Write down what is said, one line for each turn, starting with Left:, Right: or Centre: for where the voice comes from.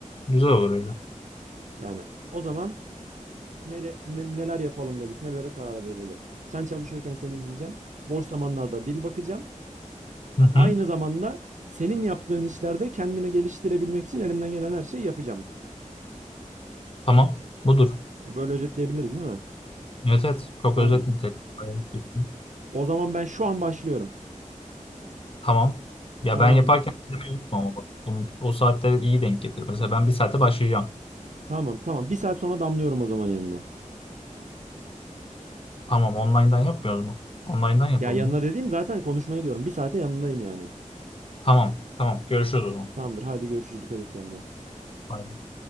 Left: Güzel olur öyle.
Right: Yani o zaman nere- ne- neler yapalım dedik, nelere karar verildi. Sen çalışıyorken seni izleyeceğim. Boş zamanlarda dil bakacağım.
Left: Hı hı.
Right: Aynı zamanda senin yaptığın işlerde kendimi geliştirebilmek için elimden gelen her şeyi yapacağım.
Left: Tamam. Budur.
Right: Ha, Böyle özetleyebiliriz değil mi?
Left: Evet evet. Çok
Right: Tamamdır.
Left: özet nitelikli.
Right: O zaman ben şu an başlıyorum.
Left: Tamam. Ya
Right: Tamam,
Left: ben yaparken izlemeyi unutma ama bak. Bunu, o saatleri iyi denk getir. Mesela ben bir saate başlayacağım.
Right: tamam, tamam. Bir saat sonra damlıyorum o zaman yanına.
Left: Tamam online'dan yapmıyoruz mu? Online'dan yapalım
Right: Ya yanına
Left: ya.
Right: dediğim zaten konuşmaya diyorum. Bir saate yanındayım yani.
Left: Tamam. Tamam. Görüşürüz o zaman.
Right: Tamamdır. Hadi görüşürüz. Dikkat et kendine.
Left: Bye.